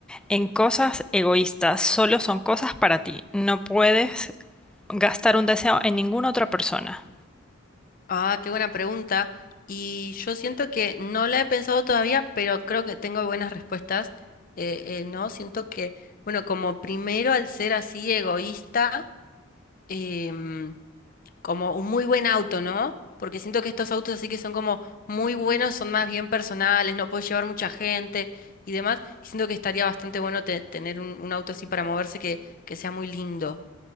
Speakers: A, in the centre; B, on the left.
A: en cosas egoístas. Solo son cosas para ti. No puedes gastar un deseo en ninguna otra persona.
B: Ah, qué buena pregunta. Y yo siento que no la he pensado todavía, pero creo que tengo buenas respuestas. Eh, eh, no, siento que, bueno, como primero al ser así egoísta, em, como un muy buen auto, ¿no? Porque siento que estos autos así que son como muy buenos, son más bien personales, no puedes llevar mucha gente y demás. Y siento que estaría bastante bueno te- tener un, un auto así para moverse que, que sea muy lindo.